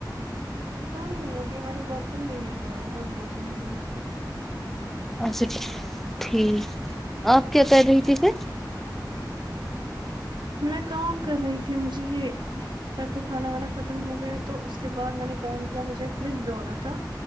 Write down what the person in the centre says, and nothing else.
اچھا ٹھیک آپ کیا کر رہی تھی پھر